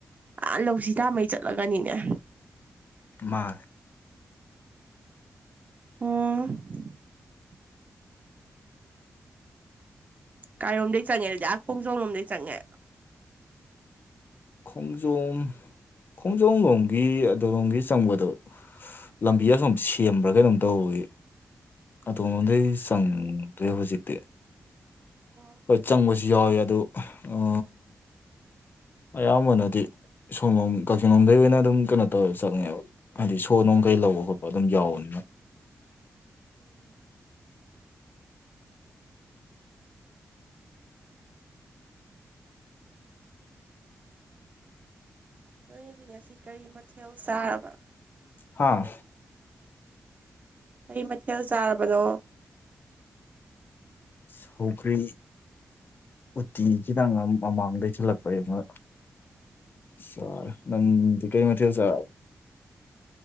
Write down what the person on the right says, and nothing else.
ꯑ ꯂꯧꯁꯤ ꯇꯥꯃꯩ ꯆꯠꯂꯒꯅꯤꯅꯦ
ꯑꯣ ꯀꯥꯏꯔꯣꯝꯗꯩ ꯆꯪꯉꯦ ꯑꯗꯨꯗꯤꯍꯥꯛ ꯄꯨꯡ ꯆꯣ ꯂꯣꯝꯗꯩ ꯆꯪꯉꯦ
ꯎꯝ
ꯑꯣ
ꯎꯝ ꯅꯣꯏꯖꯤ ꯉꯁꯤ ꯀꯔꯤ ꯃꯊꯦꯜ ꯆꯥꯔꯕ
ꯀꯩ ꯃꯊꯦꯜ ꯆꯥꯔꯕꯅꯣ